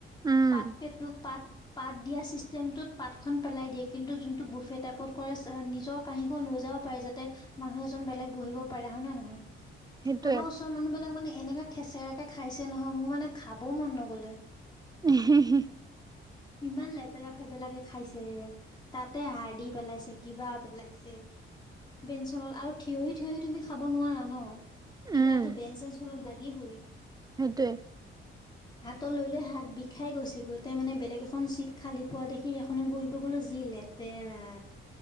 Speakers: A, on the right (about 20°); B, on the left (about 20°).
A: উম,
B: পাত পে টো পাত পাত দিয়া চিষ্টেমটোত পাতখন পেলাই দিয়ে কিন্তু যোনটো বুফে টাইপত কৰে নিজৰ কাঁহীখন লৈ যাব পাৰে যাতে মানুহ এজন বেলেগ বহিব পাৰে। হয় নে নহয়?
A: সেইটোৱে
B: আমাৰ ওচৰৰ মানুহ বিলাক মানে এনেকা খেচৰাকে খাইছে নহয় মোৰ মানে খাবও মন নগলে।
A: <inaudible>
B: ইমান লেতেৰা ভেদলাকে খাইছে। তাতে হাৰ্ডি পেলাইছে কিবা পেলাইছে। বেঞ্চনত আৰু থিয়হি থিয়হি তুমি খাব নোৱাৰা ন। কিবাটো
A: উম,
B: বেঞ্চ চেঞ্চ অলপ লাগিবই।
A: সেইটোৱে।
B: হাতত লৈ লৈ হাত বিষাই গৈছে গোটতে মানে বেলেগ এখন চিট খালি পোৱা দেখি সেইখনত বহিব গ'লো যি লে তেৰা,